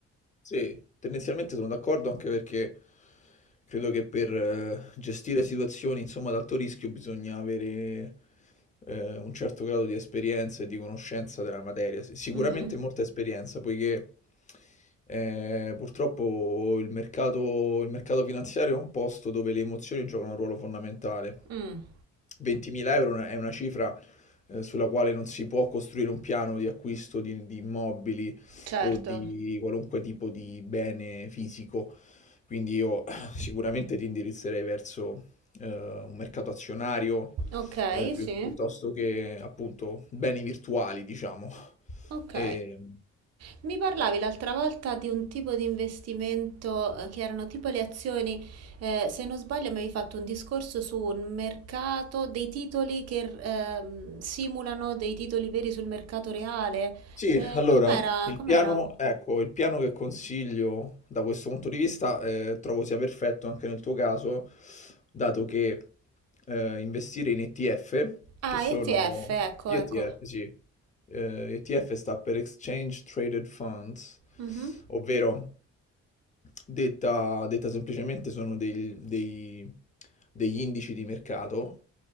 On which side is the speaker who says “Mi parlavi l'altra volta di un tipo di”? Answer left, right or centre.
Right